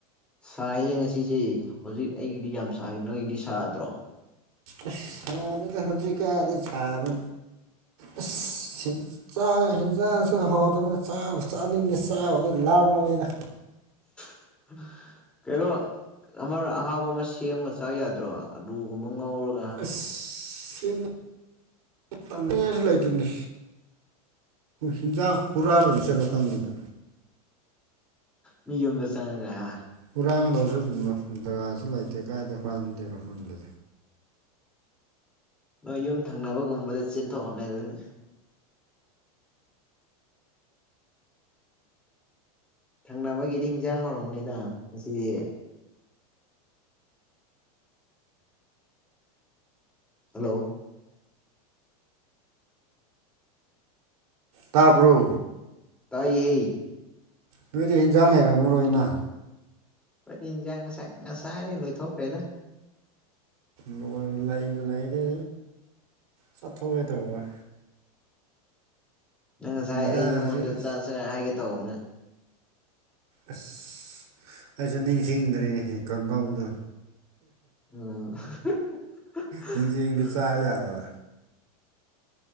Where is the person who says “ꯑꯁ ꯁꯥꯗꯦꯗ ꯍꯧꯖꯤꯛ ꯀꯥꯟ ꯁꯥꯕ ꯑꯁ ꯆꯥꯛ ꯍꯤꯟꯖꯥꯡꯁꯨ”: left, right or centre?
Right